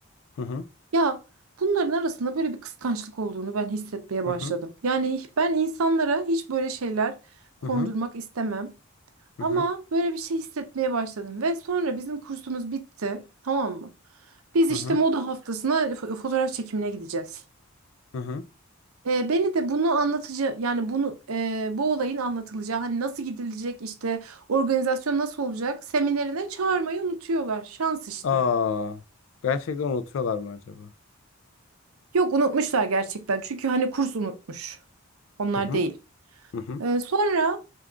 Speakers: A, on the left (about 60°); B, on the right (about 75°).
A: Hı hı.
B: Ya bunların arasında böyle bir kıskançlık olduğunu ben hissetmeye
A: Hı
B: başladım.
A: hı.
B: Yani ben insanlara hiç böyle şeyler kondurmak
A: Hı hı.
B: istemem.
A: Hı
B: Ama
A: hı.
B: böyle bir şey hissetmeye başladım ve sonra bizim kursumuz bitti, tamam mı? Biz
A: Hı
B: işte
A: hı.
B: moda haftasına fo- fotoğraf çekimine gideceğiz.
A: Hı hı.
B: Ee, beni de bunu anlatıcı yani bunu e, bu olayın anlatılacağı hani nasıl gidilecek işte organizasyon nasıl olacak seminerine çağırmayı unutuyorlar. Şans işte.
A: Aa, gerçekten unutuyorlar mı acaba?
B: Yok unutmuşlar gerçekten çünkü hani kurs unutmuş. Onlar
A: Hı hı.
B: değil.
A: Hı hı.
B: Ee, sonra